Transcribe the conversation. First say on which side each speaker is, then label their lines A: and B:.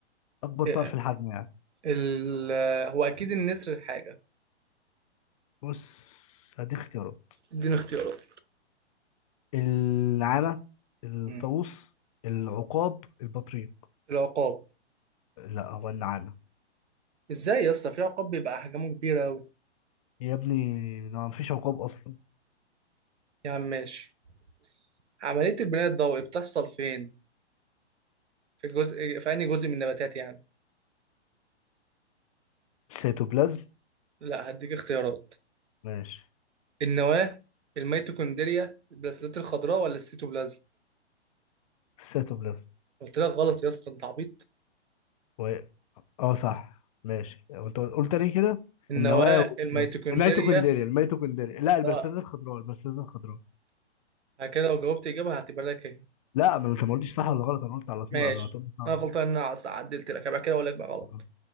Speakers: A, on the left (about 30°); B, on the right (about 80°).
A: اكبر
B: آه،
A: طائر في الحجم يعني
B: ال... آه، هو اكيد النسر حاجة
A: بص هديك اختيارات
B: اديني اختيارات
A: النعامة الطاووس
B: مم.
A: العقاب البطريق
B: العقاب
A: لا هو النعامة
B: ازاي يا اسطى في عقاب بيبقى احجامه كبيرة اوي
A: يا ابني ما مفيش عقاب أصلا
B: يا عم ماشي عملية البناء الضوئي بتحصل فين في جزء في انهي جزء من النباتات يعني
A: السيتوبلازم
B: لا هديك اختيارات
A: ماشي
B: النواه الميتوكوندريا البلاسيلات الخضراء ولا السيتوبلازم
A: السيتوبلازم
B: قلت لك غلط يا اسطى انت عبيط
A: و... اه صح ماشي وانت قلت ليه كده
B: النواه
A: النواة و...
B: الميتوكوندريا
A: الميتوكوندريا الميتوكوندريا لا البرسلات
B: اه
A: الخضراء البرسلات الخضراء
B: بعد كده لو جاوبت اجابه هعتبر لك ايه
A: لا ما انت ما قلتش صح ولا غلط انا قلت على طول
B: ماشي
A: قبل ما تقول لي صح
B: انا غلطان
A: ولا
B: ان انا عدلت لك بعد كده اقول لك بقى غلط
A: غلط.